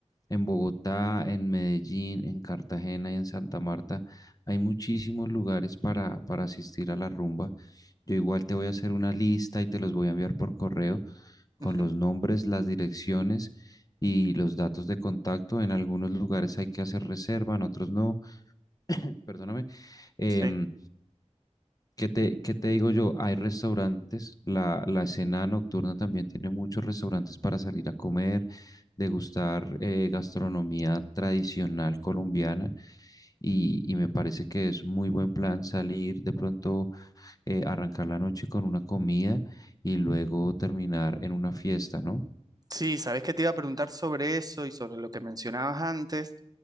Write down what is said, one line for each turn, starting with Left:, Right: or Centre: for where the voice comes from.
Left: en Bogotá, en Medellín, en Cartagena y en Santa Marta. Hay muchísimos lugares para, para asistir a la rumba. Yo igual te voy a hacer una lista y te los voy a enviar por correo con
Right: Ujú,
Left: los nombres, las direcciones y los datos de contacto. En algunos lugares hay que hacer reserva, en otros no. Perdóname. Em,
Right: Sí.
Left: ¿Qué te, qué te digo yo? Hay restaurantes, la, la escena nocturna también tiene muchos restaurantes para salir a comer, degustar eh, gastronomía tradicional colombiana y, y me parece que es muy buen plan salir de pronto, eh, arrancar la noche con una comida y luego terminar en una fiesta, ¿no?
Right: Sí, sabes que te iba a preguntar sobre eso y sobre lo que mencionabas antes,